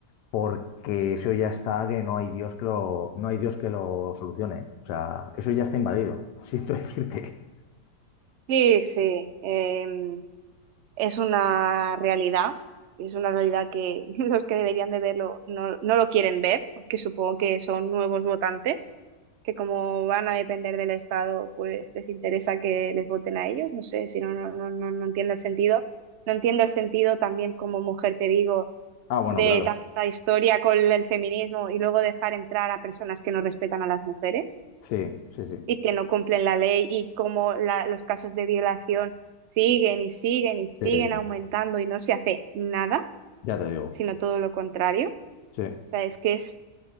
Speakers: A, on the left; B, on the right.
A: porque eso ya está que no hay Dios que lo, no hay Dios que lo solucione. O sea, eso ya está invadido, <laughs> siento decirte.
B: Sí, sí, em, es una realidad, es una realidad que <laughs> los que deberían de verlo no, no lo quieren ver, porque supongo que son nuevos votantes, que como van a depender del Estado, pues les interesa que les voten a ellos, no sé, si no, no, no, no no entiendo el sentido. No entiendo el sentido también como mujer, te digo,
A: Ah, bueno,
B: de
A: claro.
B: tanta historia con el feminismo y luego dejar entrar a personas que no respetan a las mujeres
A: Sí, sí, sí.
B: y que no cumplen la ley y cómo la- los casos de violación siguen y siguen y siguen
A: Sí, sí.
B: aumentando y no se hace nada,
A: Ya te digo.
B: sino todo lo contrario.
A: Sí.
B: O sea, es que es,